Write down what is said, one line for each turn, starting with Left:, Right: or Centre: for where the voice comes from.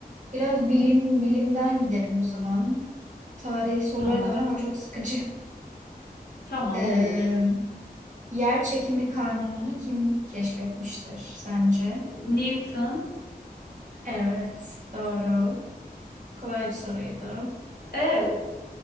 Right: biraz bilim bilimden gidelim o zaman. Tarih sorular
Left: Tamam.
Right: da var ama çok sıkıcı.
Left: Tamam
Right: Ee,
Left: olur.
Right: yer çekimi kanununu kim keşfetmiştir sence?
Left: N- Newton.
Right: Evet, doğru. Kolay bir soruydu.
Left: Evet.